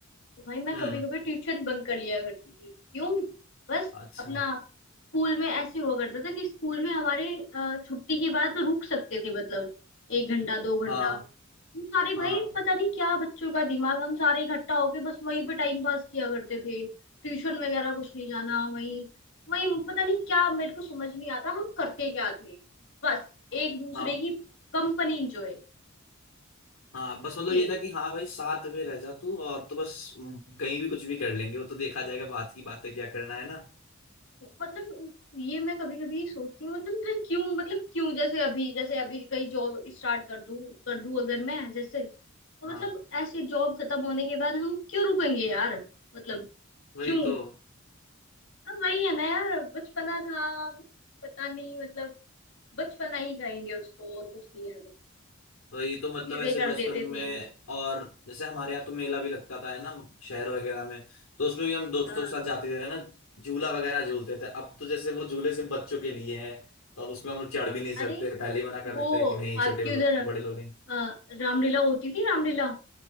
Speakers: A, on the left; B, on the left.
A: भाई मैं
B: हम्म
A: कभी कभी ट्यूशन बंक कर लिया करती थी क्यों बस
B: अच्छा
A: अपना स्कूल में ऐसे हुआ करता था कि स्कूल में हमारे अ, छुट्टी के बाद तो रुक सकते थे मतलब एक घंटा दो
B: हाँ
A: घंटा हम सारे
B: हाँ
A: भाई पता नहीं क्या बच्चों का दिमाग हम सारे इकट्ठा होके बस वहीं पे टाइम पास किया करते थे ट्यूशन वगैरह कुछ नहीं जाना वहीं वहीं पता नहीं क्या मेरे को समझ नहीं आता हम करते क्या थे बस एक दूसरे
B: हाँ
A: की कंपनी इंजॉय
B: हाँ बस मतलब
A: ये
B: ये था कि हाँ भाई साथ में रह जा तू और तो बस हम्म, कहीं भी कुछ भी कर लेंगे वो तो देखा जाएगा बात की बातें क्या करना है ना
A: मतलब ये मैं कभी कभी सोचती हूँ मतलब मैं क्यों मतलब क्यों जैसे अभी जैसे अभी कहीं जॉब स्टार्ट कर दूँ कर दूँ अगर मैं जैसे तो मतलब
B: हाँ
A: ऐसे जॉब खत्म होने के बाद हम क्यों रुकेंगे यार मतलब
B: वही
A: क्यों
B: तो
A: हाँ, वही है ना यार बचपना था कुछ पता नहीं मतलब बचपना ही कहेंगे उसको और कुछ नहीं है
B: वही तो मतलब
A: चीजें
B: ऐसे
A: कर
B: बचपन
A: देते थे
B: में और जैसे हमारे यहाँ तो मेला भी लगता था है ना शहर वगैरह में तो उसमें भी हम दोस्तों
A: हाँ
B: के साथ जाते थे है ना झूला वगैरह झूलते थे अब तो जैसे वो झूले सिर्फ बच्चों के लिए हैं तो अब उसमें हम लोग चढ़ भी नहीं सकते
A: अरे
B: पहले ही मना कर
A: वो
B: देते हैं कि नहीं छोटे
A: आपकी उधर
B: बड़े लोग नहीं
A: अ, रामलीला होती थी रामलीला